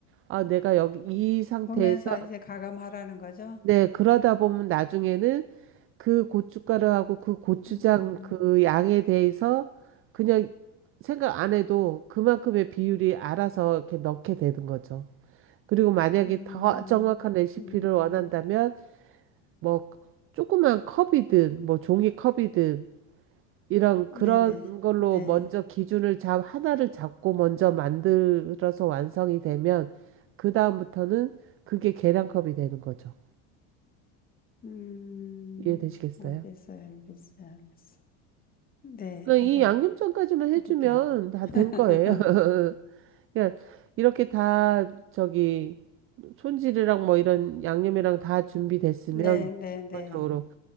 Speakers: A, on the right (about 35°); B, on the left (about 25°).
A: 아 내가 여기 이 상태에서
B: 보면서 이제 가감하라는 거죠.
A: 네 그러다 보면 나중에는 그 고춧가루하고 그 고추장
B: 음,
A: 그 양에 대해서 그냥 생각 안 해도 그만큼의 비율이 알아서 이렇게 넣게 되는 거죠. 그리고 만약에
B: 음,
A: 더 정확한 레시피를
B: 음,
A: 원한다면 뭐 조그만 컵이든 뭐 종이컵이든 이런 그런
B: 네네,
A: 걸로
B: 네.
A: 먼저 기준을 잡 하나를 잡고 먼저 만들어서 완성이 되면 그 다음부터는 그게 계량컵이 되는 거죠.
B: 음,
A: 이해되시겠어요?
B: 알겠어요, 알겠어요, 알겠어요. 네, 한번
A: 그러니까 이 양념장까지만 해주면
B: 해볼게요.
A: 다
B: <laughs>
A: 된 거예요. <laughs> 그냥 이렇게 다 저기 손질이랑 뭐 이런 양념이랑 다 준비됐으면
B: 네, 네, 네,
A: 기본적으로